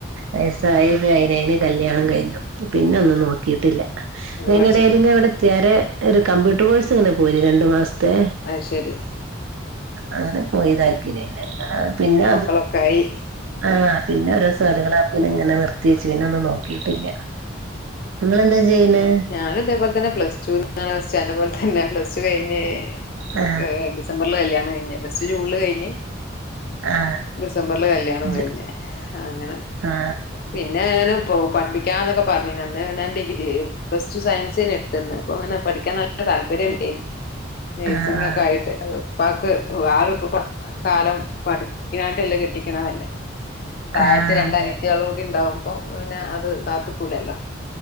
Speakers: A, on the right (about 90°); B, on the left (about 50°).
A: വയസ്സായി പതിനേയ്ന് കല്യാണം കയ്ഞ്ഞു പിന്നൊന്നും
B: ഉം
A: നോക്കീട്ടില്ല
B: അത്
A: പിന്നയ്ൻ്റെടേല്ങ്ങനെ
B: പഠിച്ചിട്ടില്ല
A: വ്ടെത്ത്യാരെ ഒരു കമ്പ്യൂട്ടർ കോയ് സു ഇങ്ങനെ പോയിന് രണ്ട് മാസ്ത്തെ
B: അത് ശരി
A: അങ്ങനെ പോയിതാക്കീന് ന്നെന്താ പിന്നെ
B: മക്കളൊക്കായി
A: ആഹ് പിന്നോരോ <unintelligible> ളാപ്പൊ പിന്നെ നിർത്തി വെച്ച് പിന്നൊന്നും നോക്കീട്ടില്ല ഇങ്ങളെന്താ ചെയ്യണേ
B: ഞാനുതേപോൽതന്നെ പ്ലസ് ടുന്ന് അന്നെ പോൽതന്നെ പ്ലസ് ടു കയ്ഞ്ഞ്
A: ആ
B: ഏഹ് ഡിസ് ഡിസംബർല് കല്യാണം കയ്ഞ്ഞ് പ്ലസ്ടു ജൂണില് കഴിഞ്ഞ്
A: ആ
B: ഡിസംബർല് കല്യാണും
A: ജ്-
B: കയ്ഞ്ഞ് അങ്ങനെ
A: ആ
B: പിന്നെ ഞാന്പ്പൊ പഠ്പ്പിക്കാന്നൊക്കെ പറഞ്ഞീന്ന് അന്ന് പിന്നെ ഡിഗ്രി പ്ലസ് ടു സയൻസേനിട്ത്ത്ന്ന് അപ്പൊ ങ്ങനെ പഠിക്കാൻ നല്ല താൽപര്യണ്ടേയ്ന് നേഴ്സിങ്ങൊക്കായിട്ട്
A: ആ ആ
B: അത്പ്പാക്ക് <unintelligible> കാലം പഠിക്കാണ്ടെല്ലെ കെട്ടി ക്ക്ണതല്ലെ തായത്ത്
A: ആ
B: രണ്ടന്യേത്തോളൂടിണ്ടാവുമ്പോ
A: അതെ
B: പിന്നെ അത് കാത്ത്ക്കൂലല്ലോ